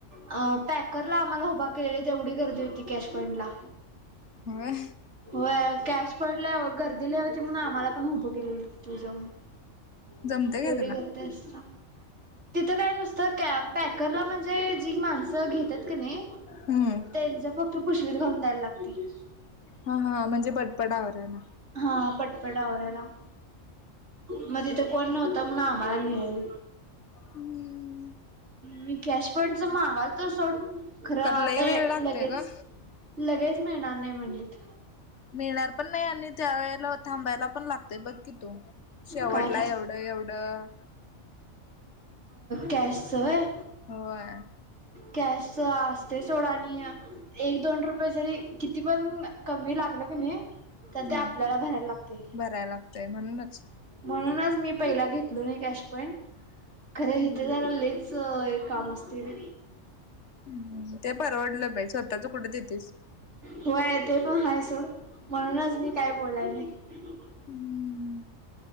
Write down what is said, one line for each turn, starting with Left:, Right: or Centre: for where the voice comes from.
Right: अ पॅकरला आम्हाला उभा केलेली तेवढी गर्दी होती कॅश पॉइंट ला
Left: व
Right: हो कॅश पड गर्दीलावती म्हणून आम्हाला पण उभं केले तू जाऊन
Left: जमते
Right: एवढी
Left: काय तुला?
Right: करत असत तिथं काय नुसतं पॅकरला म्हणजे जी माणसं घेतात का नाही
Left: हम्म.
Right: त्यांचा फक्त पुष्वीित घम दायला लागते
Left: हा हा म्हणजे पटपडावर आहे ना
Right: हा पटपटवरला मग तिथं कोण नव्हत म्हून आम्हाला नल
Left: हम्म
Right: मी कॅश पंडच मगाल तर सोड खरं आता
Left: लई वेळ लागतोय
Right: लगेच
Left: ग.
Right: लगेच मिळणार नाही म्हणलीत
Left: मिळणार पण नाही आणि त्यावेेळेला थांबायला पण लागतेय बघ की तू शेवटला
Right: काय
Left: एवढं एवढं
Right: कॅश आहे
Left: होय
Right: कॅशत सोड नया एक दोन रुपये जरी किती पण कमी लागल क नाही
Left: हम्म.
Right: तर ते आपल्याला भरायला लागते
Left: भरायला लागतय म्हणूनच.
Right: म्हणूनच मी पहिला घेतलो नाही कॅश पइंट खरं
Left: हम्म
Right: इथे जरा ललेच काम असतील
Left: हम् ते परवडलं बा स्वतःच कुठं देतेस
Right: हो य ते पण हा सोड म्हणूनच मी काय बोलाय नाही
Left: हम्म